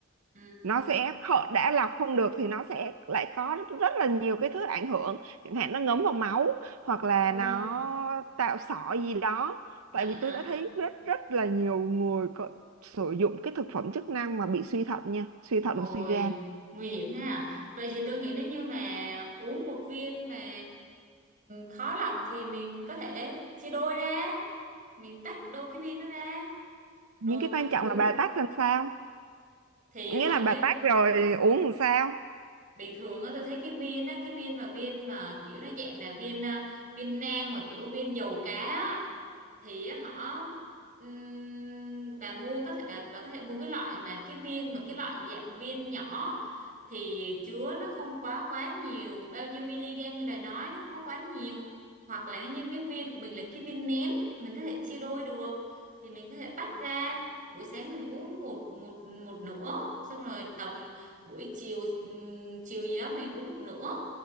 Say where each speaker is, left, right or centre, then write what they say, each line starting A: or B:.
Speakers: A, on the right; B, on the right.
A: ừ
B: nó sẽ khо- đã lọc không được thì nó sẽ lại có rất, rất là nhiều cái thứ ảnh hưởng chẳng hạn nó ngấm vào máu hoặc là
A: ôi
B: nó tạo sỏi gì đó
A: vậy
B: tại vì
A: hả
B: tôi đã thấy rất rất là nhiều người có, sử dụng cái thực phẩm chức năng mà bị suy thận nha suy thận
A: Ôi,
B: và suy gan
A: nguy hiểm thế à? Vậy thì tôi nghĩ nếu như mà uống một viên mà khó lọc thì mình có thể chia đôi ra. Mình tách đôi cái viên nó ra.
B: những
A: Rồi
B: cái
A: mình
B: quan trọng
A: uống.
B: là bà tách làm sao
A: Thì
B: nghĩa
A: họ
B: là
A: nên
B: bà tách rồi uống làm sao
A: bình thường á tôi thấy cái viên á, cái viên mà viên mà kiểu nó dạng là viên à, viên nang mà kiểu viên dầu cá á. thì họ ừm, bà mua có thể bà bà có thể mua cái loại mà cái viên mà cái loại dạng viên nhỏ thì chứa nó không quá quá nhiều bao nhiêu miligam như bà nói nó không có quá nhiều hoặc là nó như cái viên của mình là cái viên nén mình có thể chia đôi được thì mình có thể tách ra buổi sáng mình uống một một một nửa xong rồi tầm buổi chiều ừm, chiều gì đó mình uống một nửa